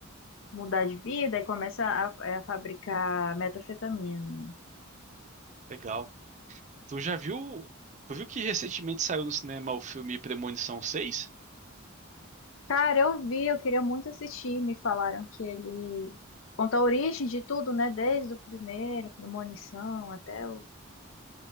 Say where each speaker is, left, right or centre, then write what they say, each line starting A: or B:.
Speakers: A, on the left; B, on the right.
A: mudar de vida e começa a, é, a fabricar metanfetamina, né?
B: Legal. Tu já viu? Tu viu que recentemente saiu no cinema o filme Premonição 6?
A: Cara, eu vi, eu queria muito assistir. Me falaram que ele conta a origem de tudo, né? Desde o primeiro, Premonição, até o,